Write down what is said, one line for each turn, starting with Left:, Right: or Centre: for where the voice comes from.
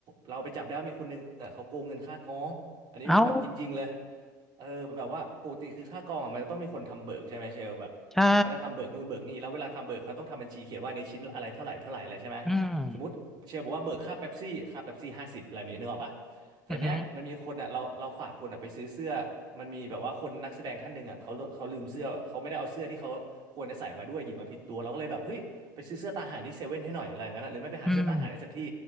Right: เราไปจับได้ว่ามีคนนึงอะเขาโกงเงินค่ากองอันนี้แบบจริงๆเลย
Centre: เอ้า
Right: เออแบบว่าปกติคือค่ากองอะมันจะต้องมีคนทำเบิกใช่ไหมเชลแบบเขาจะทำเบิกนู่นเบิกนี่แล้วเวลาทำเบิกเขาต้องทำบัญชีเขียนว่าในชิ้นอะไรเท่าไหร่เท่าไหร่อะไรใช่ไหม
Centre: ใช่อืม
Right: สมมติเชลบอกว่าเบิกค่าเป๊ปซี่ค่าเป๊ปซี่ห้าสิบอะไรแบบนี้นึกออกปะแต่เนี้ยมันมีคนอ่ะเราเราฝากคนอ่ะไปซื้อเสื้อมันมีแบบว่าคนนักแสดงท่านหนึ่งอ่ะเขาเขาลืมเสื้อเขาไม่ได้เอาเสื้อที่เขาควรจะใส่มาด้วยหยิบมาผิดตัวเราก็เลยแบบเฮ้ยไปซื้อเสื้อตาห่านที่เซเว่นให้หน่อยอะไรอย่างนั้นอะหรือไม่ไปหาเสื้อตาห่านในสักที่
Centre: อือหืออืม